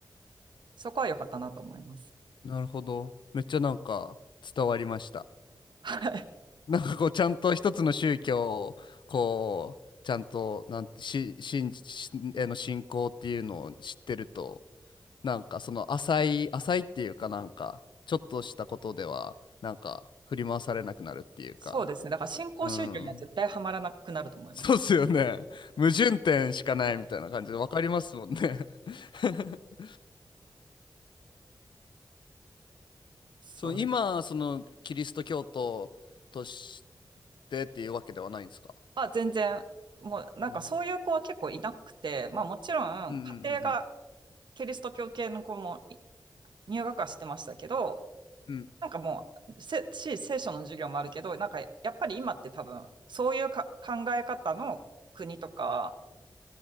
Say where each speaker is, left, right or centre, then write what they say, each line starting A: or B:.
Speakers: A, on the right (about 70°); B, on the left (about 75°).
A: そこは良かったなと思います。
B: なるほど。めっちゃなんか伝わりました。
A: はい。
B: なんかこうちゃんと一つの宗教をこうちゃんとなんてし信じしへの信仰っていうのを知ってるとなんかその浅い浅いっていうかなんかちょっとしたことではなんか振り回されなくなるっていうか
A: そうですね。だから新興宗教には絶対ハマらなくなると思います。
B: うんそうっすよね矛盾点しかないみたいな感じで分かりますもんね <laughs>
A: そうです。
B: その今そのキリスト教徒としてっていうわけではないんですか
A: まあ、全然、もうなんかそういう子は結構いなくて、
B: うん
A: まあもちろん家庭が
B: うんうんうん
A: キリスト教系の子もい入学はしてましたけど、
B: うんうん
A: なんかもう、せし、聖書の授業もあるけど、なんかやっぱり今って多分、そういうか考え方の国とか、